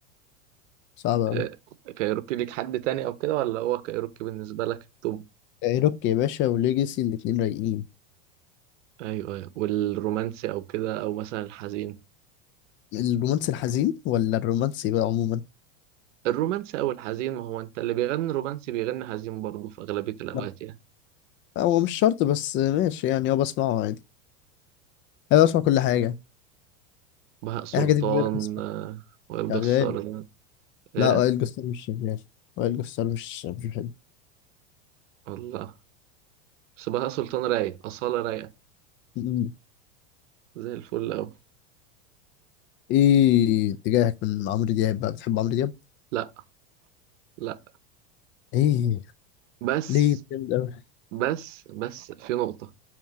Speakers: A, on the left; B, on the right.
A: صعب قوي
B: آه، كايروكي ليك حد تاني او كده ولا هو كايروكي بالنسبه لك التوب
A: روك يا باشا وليجاسي الاتنين رايقين
B: ايوه ايوه والرومانسي او كده او مثلا الحزين
A: الرومانسي الحزين ولا الرومانسي بقى عموما
B: الرومانسي او الحزين ما هو انت اللي بيغني رومانسي بيغني حزين برضه في اغلبيه الاوقات
A: لا
B: يعني
A: هو مش شرط بس ماشي يعني اه بسمعه عادي انا بسمع كل حاجه
B: بهاء سلطان
A: اي حاجه تيجي في بالك بسمعها
B: آه، وائل
A: شغال
B: جسار ده ايه
A: لا وائل جسار مش شغال وائل جسار مش مش بحب
B: والله بس بهاء سلطان رايق اصاله رايقه
A: ايه
B: زي الفل اوي
A: ايه اتجاهك من عمرو دياب بقى بتحب عمرو دياب
B: لا لا
A: ايه
B: بس
A: ليه جامد قوي
B: بس بس في نقطه